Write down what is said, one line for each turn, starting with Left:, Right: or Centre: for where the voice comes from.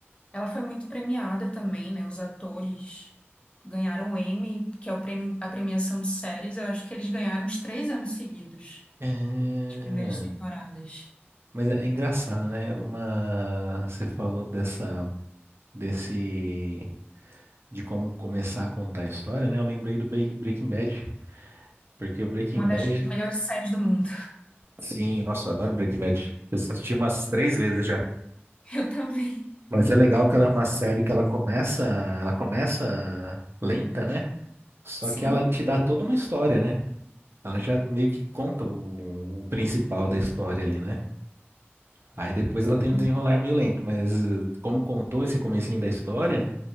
Left: Ela foi muito premiada também, né? Os atores ganharam o Emmy, que é o prêmio, a premiação de séries. Eu acho que eles ganharam uns três anos seguidos,
Right: É.
Left: as primeiras temporadas.
Right: Mas é é engraçado, né? Uma, você falou dessa, desse, de como começar a contar a história, né? Eu lembrei do Be- Breaking Bad, porque o Breaking
Left: Uma
Right: Bad,
Left: das melhores séries do mundo.
Right: sim, nossa, eu adoro Breaking Bad. Eu assisti umas três vezes já.
Left: <laughs> Eu também.
Right: Mas é legal que ela é uma série que ela começa, ela começa lenta, né? Só
Left: Sim,
Right: que ela te dá toda uma história, né? Ela já meio que conta o, o principal da história ali, né? Aí depois ela
Left: sim.
Right: tem um desenrolar meio lento, mas eh, como contou esse comecinho da história